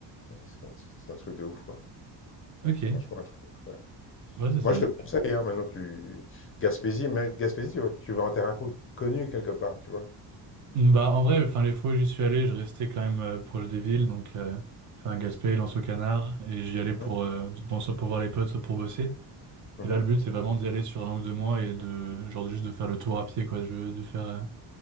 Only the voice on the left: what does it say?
ouais, c'est un, c'est un truc de ouf quoi.
Franchement, un truc de ouf, ouais.
Moi, je te
conseille, hein, maintenant, tu... Gaspésie, mais Gaspésie, tu vas, tu vas en terrain co- connu quelque part, tu vois.
Mhm,
mhm,